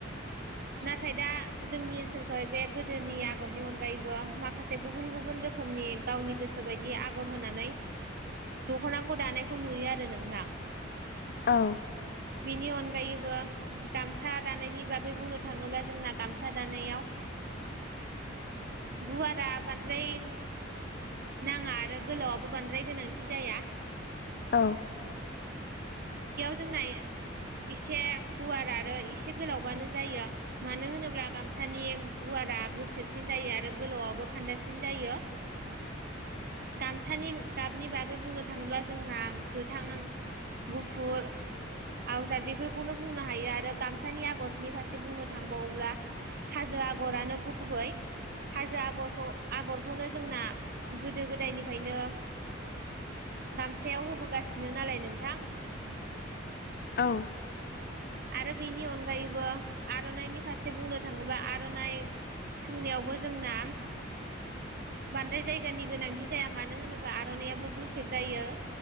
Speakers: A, on the right (about 50°); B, on the left (about 50°).
A: नाथाय दा जोंनि ओनसोलखौ बे गोदोनि आगरनि अनगायैबो माखासे गुबुन गुबुन रोखोमनि गावनि गोसो बायदि आगर होनानै दख'नाखौ दानायखौ नुयो आरो नोंथां।
B: औ ।
A: बेनि अनगायैबो गामसा दानायनि बागै बुंनो थाङोब्ला जोंना गामसा दानायाव गुवारा बान्द्राय नाङा आरो गोलावआबो बांद्राय गोनांथि जाया।
B: औ।
A: जोंनायो एसे गुवार आरो इसे गोलावबानो जायो मानो होनोब्ला गामसानि गु वारा गुसेबसिन जायो आरो गोलावआबो खान्दासिन जायो। गामसानि गाबनि बागै बुंनो थाङोब्ला जोंना गोथां गुफुर आव जा बेफोरखौनो बुंनो हायो आरो गामसानि आगरनि फारसे बुंनो थां सानोब्ला हाजो आगरानो गुबै। हाजो आगर आगरखौनो जोंना गोदो गोदायनिफायनो गामसायाव होबोगासिनो नालाय नोंथां।
B: औ।
A: आरो बेनि अनगायैबो आर'नाइनि फारसे बुंनो थाङोब्ला आर'नाइ सोंनायावबो जोंना बांद्राय जाय गानि गोनांथि जाया मानो होनोब्ला आर'नाइयाबो गुसेब जायो।